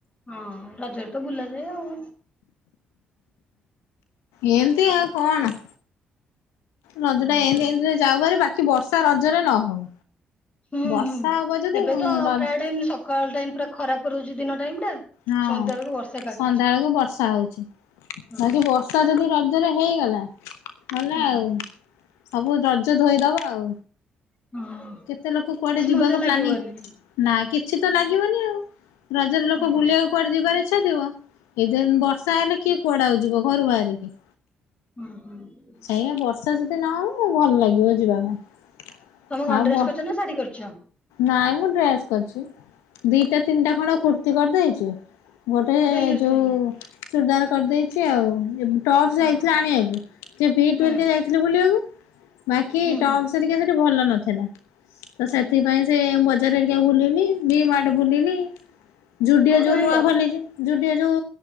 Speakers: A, on the left (about 25°); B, on the left (about 75°).
A: ହଁ, ରଜରେ ତ ବୁଲାଯାଏ ଆଉ।
B: ଏମତି ଆଉ କଣ? ରଜଟା
A: ହୁଁ ହୁଁ
B: ଏମତି ଏମତିରେ ଯାଉ ଭାରି, ବାକି ବର୍ଷା ରଜରେ ନ ହଉ!
A: ହୁଁ,
B: ବର୍ଷା
A: ହୁଁ,
B: ହବ ଯଦି
A: ଏବେ ତ
B: ରଜ
A: ପ୍ରାୟ ଟାଇମ୍ ସକାଳ ଟାଇମ୍ ପୁରା ଖରା କରୁଛି, ଦିନ ଟାଇମ୍ ଟା।
B: ହଁ,
A: ସନ୍ଧ୍ୟା ବେଳକୁ ବର୍ଷା କାଚୁଛି।
B: ସନ୍ଧ୍ୟାଅଳକୁ ବର୍ଷା ହଉଛି।
A: ହୁଁ
B: ବାକି ବର୍ଷା ଯଦି ରଜରେ ହେଇଗଲା, ଗଲା
A: ହୁଁ
B: ଆଉ।
A: ହୁଁ
B: ସବୁ ରଜ ଧୋଇଦବ ଆଉ,
A: ହଁ
B: କେତେ ଲୋକ କୁଆଡେ
A: କିଛି
B: ଯିବାକୁ
A: ମଜା ଲାଗିବନି।
B: ପ୍ଲାନିଂ ନା କିଛି ତ ଲାଗିବନି ଆଉ? ରଜରେ ଲୋକ
A: ହଁ ହଁ
B: ବୁଲିବାକୁ କୁଆଡେ ଯିବାର ଇଚ୍ଛା ଥିବ। କେଜାନ୍ ବର୍ଷା ହେଲେ, କିଏ କୁଆଡେ ଆଉ ଯିବ ଘରୁ ବାହାରିକି?
A: ଉଁ, ହୁଁ।
B: ଏଇଆ ବର୍ଷା ଯଦି ନହବ, ଭଲ ଲାଗିବ ଯିବା ପାଇଁ।
A: ତମେ କଣ
B: ଆଉ
A: ଡ୍ରେସ୍
B: ବ
A: କରିଚ ନା ଶାଢୀ କରିଚ?
B: ନାଇଁ ମୁଁ ଡ୍ରେସ୍ କରିଛି। ଦିଇଟା ତିନିଟା ଖଣ୍ଡ କୁର୍ତ୍ତି କରିଦେଇଚି, ଗୋଟେ
A: ଡେଲି ୟୁଜ
B: ଯୋଉ
A: ପାଇଁକା।
B: ଚୁର୍ଦାର କରିଦେଇଚି ଆଉ, ଟପସ୍
A: ହଁ
B: ଯାଇଥିଲି
A: ହଁ
B: ଆଣିଆକୁ ଯେ ଭି ଟୁ
A: ହୁଁ
B: ହେରିକା ଯାଇଥି ଲି ବୁଲିବାକୁ ବାକି
A: ହୁଁ
B: ଟପସ୍
A: ହୁଁ
B: ହେରିକା ସେଠି ଭଲ ନଥିଲା। ତ
A: ଆଚ୍ଛା
B: ସେତ୍ ନାଇଁ ସେ ବଜାର ହେରିକା ବୁଲିଲି, ଭିମାର୍ଟ ବୁଲିଲି, ଜୁଡିଓ
A: କୋଉଠୁ
B: ଯୋଉ
A: ଆଣିଲ?
B: ନୂଆ ଖୋଲିଛି ଜୁଡ଼ିଓ ଯୋଉ